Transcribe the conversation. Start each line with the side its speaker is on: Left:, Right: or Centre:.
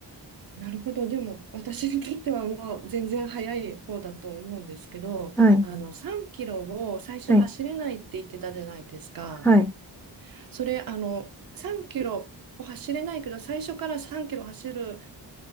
Right: なるほど。でも、私にとってはもう全然早い方だと思うんですけど、
Centre: はい、
Right: あの、3キロを最初走れないって言ってたじゃないですか。
Centre: はい、はい、
Right: それ、あの、3キロを走れないけど、最初から3キロ走る